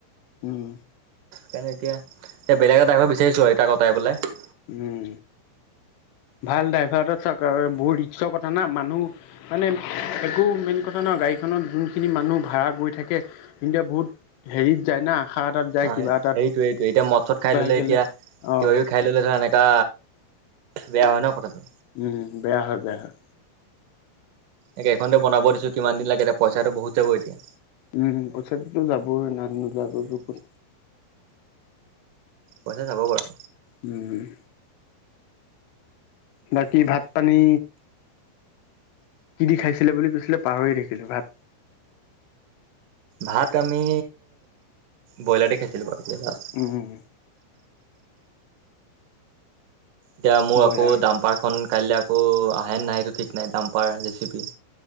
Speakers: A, on the left; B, on the right.
A: উম।
B: সেইকাৰণে এতিয়া বেলেগ এটা ড্ৰাইভাৰ বিচাৰিছোঁ আৰু এ টাক অতৰাই পেলাই।
A: উম, ভাল ড্ৰাইভাৰটা চাওক বহুত ৰিক্সৰ কথা না মানুহ মানে একো মেইন কথা নহয়, গাড়ীখনত যোনখিনি মানুহ ভাড়া গৈ থাকে হিন্তে বহুত হেৰিত যায় না। আশা এটাত যায়
B: অ'
A: কিবা এটাত
B: সেইটো সেইটো। এতিয়া মদ চদ
A: কিবা
B: খাই ললে
A: হৈ গ'লে
B: এতিয়া
A: অ',
B: সি খাই ল'লে ধৰ এনেকি বেয়া হয় ন' কথাটো।
A: উম, উম, বেয়া হয় বেয়া হয়।
B: এইকেইখনতে বনাব দিছোঁ, কিমান দিন লাগে এয়া, পইচাটো বহুত যাব এতিয়া।
A: উম, পইচাটোটো যাবই ন' নোযোৱাকে
B: উম
A: ক'ত
B: পইচা যাব বাৰু।
A: উম। বাকী ভাত পানী কি দি খাইছিলে বুলি কৈছিলে পাহৰি থাকিলোঁ, ভাত
B: ভাত আমি ব্ৰইলাৰ দি খাইছিলোঁ বাৰু এতিয়া লাষ্ট।
A: উম, উম।
B: এতিয়া মোৰ
A: ব্ৰইলাৰ
B: আকৌ দাম্পাৰখন কাইলে আকৌ আহে নাহে সেইটো ঠিক নাই, ডাম্পাৰ আৰু জেচিপি।